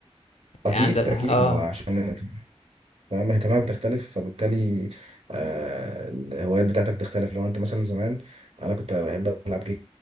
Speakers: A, on the left; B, on the right.
A: يعني
B: اكيد
A: عند اه
B: اكيد ما هو عشان فاهم اهتمامك بتختلف فبالتالي آه الهوايات بتاعتك بتختلف لو انت مثلا زمان انا كنت بحب العب